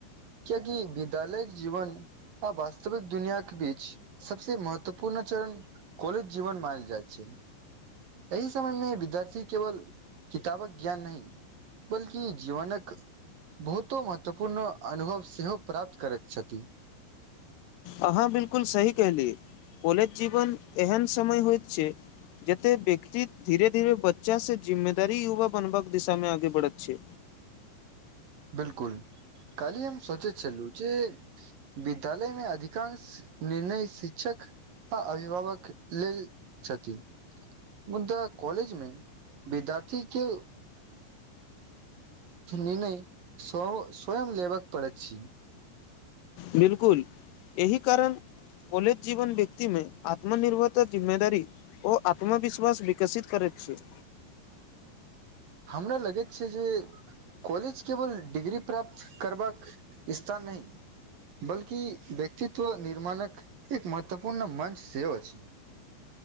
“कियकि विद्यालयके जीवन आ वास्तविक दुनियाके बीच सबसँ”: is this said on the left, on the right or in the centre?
Right